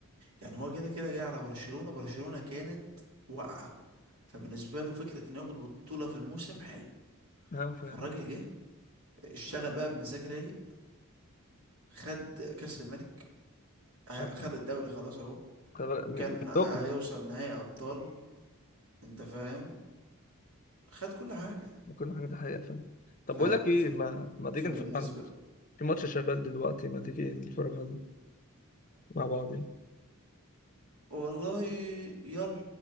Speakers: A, on the right; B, on the left.
A: يعني هو كده كده جاي على برشلونة برشلونة كانت واقعة فبالنسبة له فكرة انه ياخد بطولة في الموسم حلو
B: ها ف...
A: فالراجل جه اشتغل بقى بمزاج رايق خد كأس الملك ه-
B: آه،
A: خد الدوري خلاص اهو
B: طب- م-
A: كان
B: مش
A: هيوصل
B: لكم
A: نهائي ابطال انت فاهم خد كل حاجة
B: ممكن حاجة دي حقيقة فعلا
A: ف...
B: طب بقول لك ايه
A: ف...
B: ما ما تيجي
A: فبالنسبة
B: نتفرج على- في ماتش شغال دلوقتي ما تيجي نتفرج عليه مع بعض
A: والله يلا